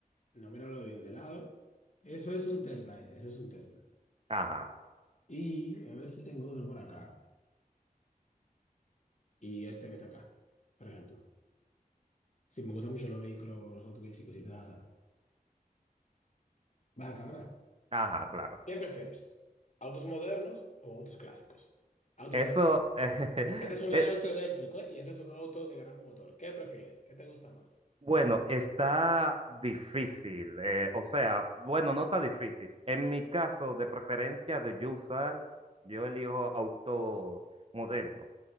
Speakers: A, on the left (about 50°); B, on the right (about 40°).
A: No, míralo bien de lado. Eso es un Tesla, ese, ese es un Tesla.
B: Ajá,
A: Y a ver si tengo otro por acá. Y este que está acá, por ejemplo. Si me gustan mucho los vehículos, los Hot Wheels y cositas así. Vas acá, ¿verdad?
B: ajá, claro.
A: ¿Qué prefieres? ¿Autos modernos o autos clásicos? Autos
B: Eso,
A: de-
B: <laughs>
A: Este es un
B: eh,
A: auto eléctrico, ¿eh? Y este es un auto de gran motor. ¿Qué prefieres? ¿Qué te gusta más?
B: Bueno,
A: ¿Qué-
B: está difícil. eh, o sea, bueno, no está difícil. En mi caso, de preferencia de yo usar, yo elijo autos modernos.